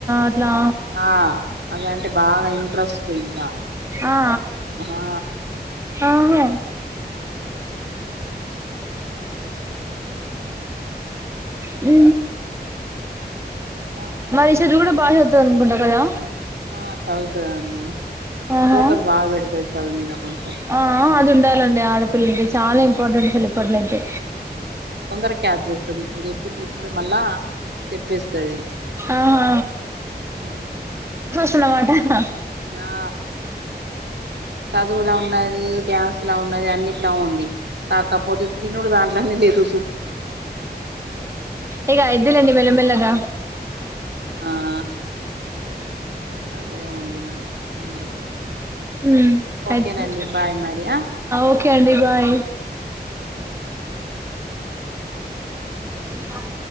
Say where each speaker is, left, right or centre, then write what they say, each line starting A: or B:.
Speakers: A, on the right; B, on the right.
A: అట్లా
B: ఆ అది అంటే బాగా ఇంట్రెస్ట్ ఇంకా
A: ఆ
B: ఆ
A: ఆహా ఉ
B: అ
A: మరి చెదువు కూడా బా చదువుతదనుకుంటా కదా
B: ఆ చదువుతదండి
A: ఆహా
B: ఫోకస్ బాగా పెడతది చదువు మీద కొంచెం
A: ఆ అదుండాలెండి ఆడ పిల్ పిల్లలకి చాలా ఇంపార్టెంట్ అసలు ఇప్పట్లో అయితే
B: తొందర క్యాప్ చేస్తది ఇప్పుడు చెప్పింది ఇప్పుడే మళ్ళా చెప్పేస్తది
A: ఆహా
B: ఊ
A: స్తున్నదట
B: ఆ చదువులా ఉన్నది డ్యాన్సు లా ఉన్నది అన్నిట్లా ఉంది కాకపోతే తినుడు దాంట్లోనే ఎరుగు
A: ఇగ అయ్యిదిలెండి మెల్ల మెల్ల గా
B: ఆ అదే ఓన్లీ మరి ఏమైతదొ
A: మ్మ్
B: ఓకేనండి
A: అయిద్ది
B: బాయ్ మరి ఆ
A: ఓకే అండి బాయ్ బాయ్